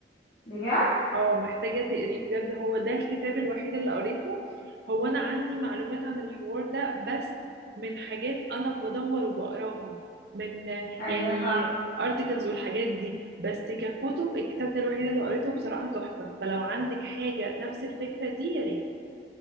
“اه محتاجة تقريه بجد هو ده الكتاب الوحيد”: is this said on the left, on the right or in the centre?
Right